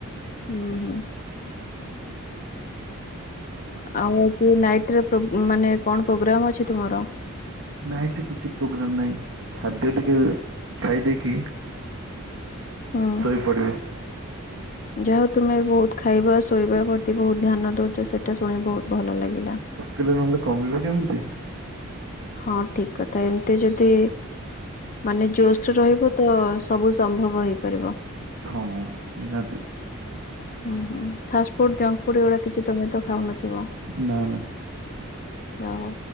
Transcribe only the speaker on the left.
ହୁଁ, ହୁଁ। ଆଉ କି ନାଇଟ୍ ରେ କି ମାନେ କଣ ପ୍ରୋଗ୍ରାମ ଅଛି ତୁମର?
ହଁ।
ଯାହା ହୋଉ ତୁମେ ବୋହୁତ୍ ଖାଇବା ଶୋଇବା ପ୍ରତି ବୋହୁତ୍ ଧ୍ୟାନ ଦଉଛ ସେଇଟା ଶୁଣି ବୋହୁତ୍ ଭଲ ଲାଗିଲା।
ହଁ ଠିକ୍ କଥା ଏମିତି ଯଦି ମାନେ ଜୋସରେ ରହିବ ତ ସବୁ ସମ୍ଭବ ହେଇପାରିବ।
ହୁଁ ହୁଁ। ଫାଷ୍ଟ ଫୁଡ୍ ଜଙ୍କ ଫୁଡ୍ ଏଗୁଡା କିଛି ତମେ ତ ଖାଉନଥିବ?
ଯା ହୋଉ